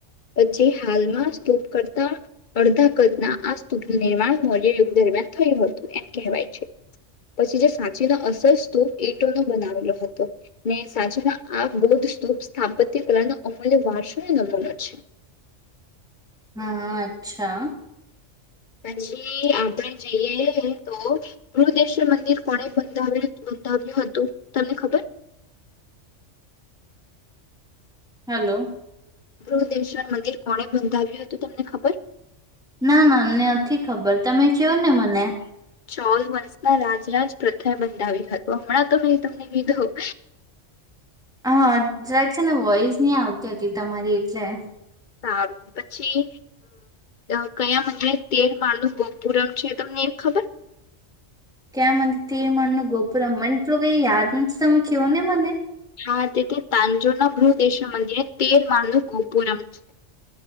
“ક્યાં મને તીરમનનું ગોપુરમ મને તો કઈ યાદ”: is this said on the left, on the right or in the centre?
Centre